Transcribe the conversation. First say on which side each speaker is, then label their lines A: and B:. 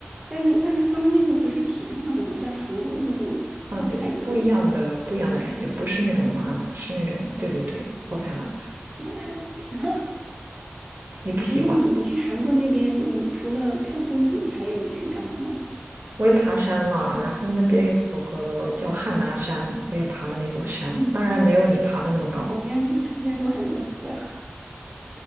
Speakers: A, on the right; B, on the right.
A: 但是但是他们那种不是甜辣的吗？像韩国的那种泡菜那种
B: 啊，对对，不一样的不一样的感觉，不是那种麻辣，是那种对对对泡菜辣。
A: 甜辣的甜辣。
B: 你不喜欢？
A: 哎，那你你去韩国那边，你除了看风景，还有去干嘛吗？
B: 我也爬山了，然后那边有个叫汉拿山，我也爬了那座山，
A: 嗯，
B: 当然没有你爬的那么高。
A: 偶像剧出现过很多次，<laughs>